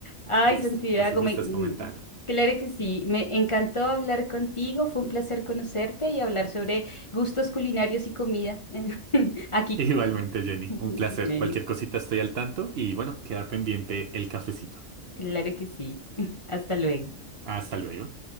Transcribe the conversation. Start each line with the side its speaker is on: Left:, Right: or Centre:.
Left: Ay,
Right: Listo.
Left: Santiago,
Right: Entonces me
Left: me,
Right: estás
Left: mm,
Right: comentando.
Left: claro que sí, me encantó hablar contigo, fue un placer conocerte y hablar sobre gustos culinarios y comida. <laughs> Aquí
Right: Igualmente, Jenny, un
Left: <laughs>
Right: placer.
Left: Bueno,
Right: Cualquier cosita estoy al tanto y bueno, queda pendiente el cafecito.
Left: claro que sí. <laughs> Hasta luego.
Right: Hasta luego.